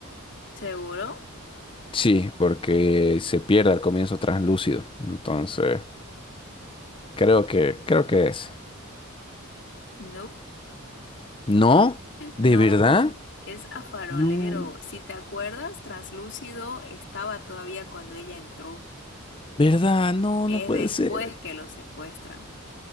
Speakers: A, on the left (about 55°); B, on the left (about 25°).
A: ¿Seguro?
B: Sí, porque se pierde al comienzo translúcido. Entonces, creo que, creo que es.
A: No.
B: ¿No? ¿De
A: No,
B: verdad?
A: es a farolero.
B: No.
A: Si te acuerdas, translúcido estaba todavía cuando ella entró.
B: ¿Verdad? No,
A: Es
B: no puede
A: después
B: ser.
A: que lo secuestran.